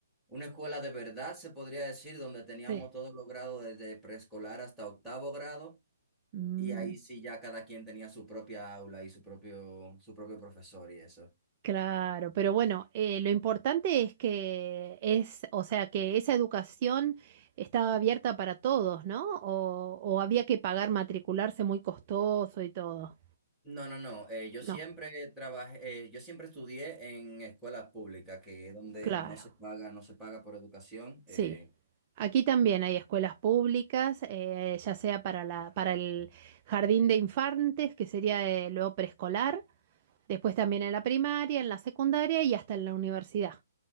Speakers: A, in the centre; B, on the right (about 35°).
A: una escuela de verdad, se podría decir, donde teníamos
B: Sí.
A: todos los grados desde preescolar hasta octavo grado.
B: Mm,
A: Y ahí sí ya cada quien tenía su propia aula y su propio, su propio profesor y eso.
B: claro, pero bueno, eh, lo importante es que es, o sea, que esa educación estaba abierta para todos, ¿no? O, o había que pagar matricularse muy costoso y todo.
A: No, no, no. eh, yo
B: No,
A: siempre trabajé, eh, yo siempre estudié en escuelas públicas, que es donde
B: claro,
A: no se paga, no se paga por educación.
B: sí.
A: eh,
B: Aquí también hay escuelas públicas, eh, ya sea para la, para el jardín de infantes, que sería eh, luego preescolar Después también en la primaria, en la secundaria y hasta en la universidad